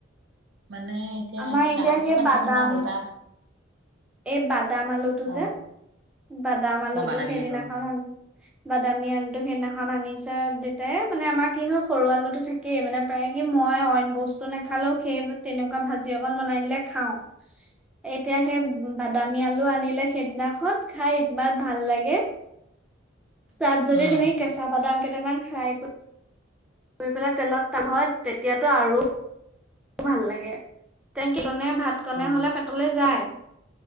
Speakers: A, on the right (about 65°); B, in the centre.
A: মানে এতিয়া
B: আমাৰ এতিয়া
A: তাৰ পিছৰ
B: সেই
A: পৰা
B: বাদাম
A: নিকিনা হ'ল তাত
B: এই বাদাম আলুটো
A: অ
B: যে বাদাম আলোতো
A: অ বাদামী
B: সেইদিনাখন
A: আলু
B: আন বাদামী আলুটো সেইদিনাখন আনিছে দেতাই মানে আমাৰ কি হয় সৰু আলুটো থাকেই মানে প্ৰায় কি মই অইন বস্তু নাখালেও সেই তেনেকুৱা ভাজি অকন বনাই দিলে খাওঁ এতিয়া সেই বাদামী আলু আনিলে সেইদিনাখন খাইবাৰ ভাল লাগে তাত যদি
A: উম
B: তুমি কেঁচা বাদাম কেইটামান ফ্ৰায় কৰি কৰি পেলাই তেলত হয় তেতিয়াতো আৰু ভাল লাগে তেন কে ভাত কনে
A: অ
B: হলে পেটলৈ যায়